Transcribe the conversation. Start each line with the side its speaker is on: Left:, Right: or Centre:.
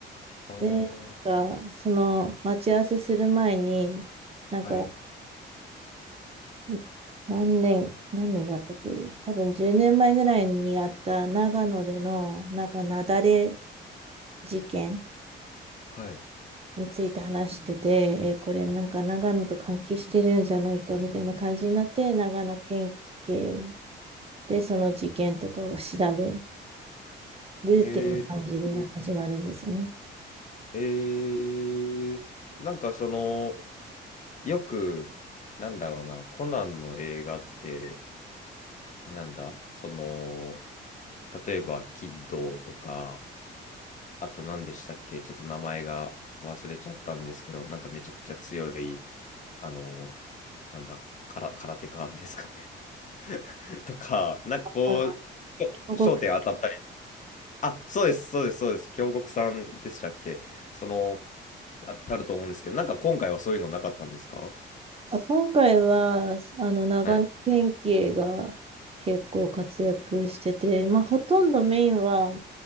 Left: ああ、
Right: で、なんか、その待ち合わせする前に、なんか、
Left: はい、
Right: ん何年、何年だったっけ多分10年前ぐらいにあった長野での、なんか雪崩事件
Left: はい。
Right: について話してて、えーこれなんか長野と関係してるんじゃないかみたいな感じになって、長野県警でその事件とかを調べるっていう感じで始まるんですよね。
Left: えー、えー、なんかその、よく、なんだろうな、コナンの映画って、なんだ、その、例えば、キッドーとか、あと何でしたっけ、ちょっと名前が忘れちゃったんですけど、なんかめちゃくちゃ強い、あの、なんだ、から、空手家ですかね <laughs> とか、なんかこう、
Right: あごく
Left: 焦焦点当たったりあ、そうです、そうです、そうです。京極さんでしたっけその、あたると思うんですけど、なんか今回はそういうのなかったんですか
Right: あ、今回は、あの、長野県警が結構活躍してて、
Left: はい
Right: まあ、ほとんどメインは